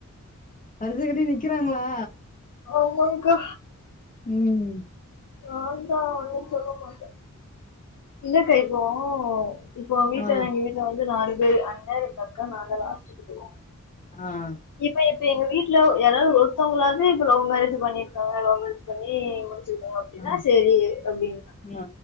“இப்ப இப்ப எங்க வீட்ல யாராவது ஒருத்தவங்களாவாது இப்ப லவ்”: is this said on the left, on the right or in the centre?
Left